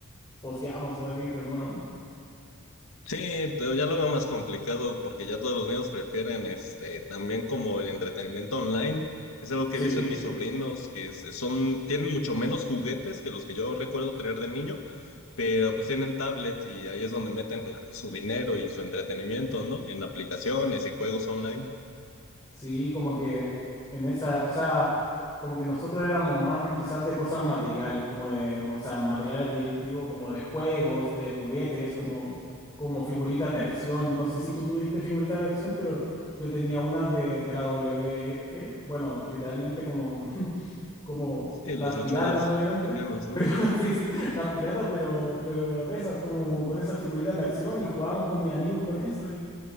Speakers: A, on the left; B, on the left.
A: pues ya vamos a salir de nuevo, ¿no?
B: Sí, pero ya lo veo más complicado porque ya todos los niños prefieren este también como el entretenimiento online. Es algo que
A: Sí,
B: he visto en mis sobrinos que es- son tienen mucho menos juguetes que los que yo recuerdo tener de niño, pero pues tienen tablet y ahí es donde meten la- su dinero y su entretenimiento, ¿no? En aplicaciones y juegos online.
A: Sí, como que en esa, o sea, como que nosotros éramos más de- quizás de cosas materiales, como de, o sea, materiales de, digo, como de juegos, de juguetes, como, como figuritas de acción. Yo no sé si tú tuviste figuritas de acción, pero yo tenía unas de, de la WWE, bueno, literalmente como, <laughs> como
B: Sí,
A: las
B: los
A: piratas,
B: luchadores
A: obviamente,
B: americanos, ¿no?
A: pero <laughs> sí, sí, las piratas, pero, pero de esas, como con esas figuritas de acción y jugábamos con mis amigos con eso